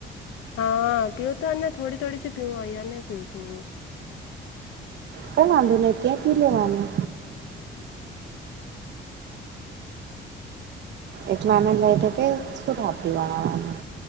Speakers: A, on the left; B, on the right.
A: હા પીઉ તોને થોડી થોડી સી પીઉ આઈને પીઉ છું હ.
B: કઈ વાંધો નહ ક્યાં પી લેવાનું
A: હમ.
B: એટલે આને જ લઈ ત કે શું લાભ દેવાવામાં